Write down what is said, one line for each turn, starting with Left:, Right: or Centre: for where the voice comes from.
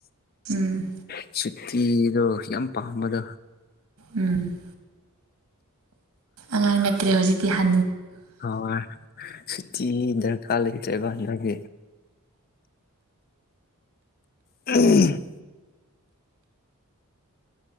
Right: ꯎꯝ
Left: ꯁꯨꯇꯤꯗꯣ ꯌꯥꯝ ꯄꯥꯝꯕꯗꯣ
Right: ꯎꯝ ꯑꯉꯥꯡ ꯅꯠꯇ꯭ꯔꯦ ꯍꯧꯖꯤꯛꯇꯤ ꯍ
Left: ꯍ ꯁꯤꯇꯤ ꯗꯔꯀꯥꯔ ꯂꯩꯇ꯭ꯔꯦꯀꯥꯟꯗꯒꯤ ꯎꯝ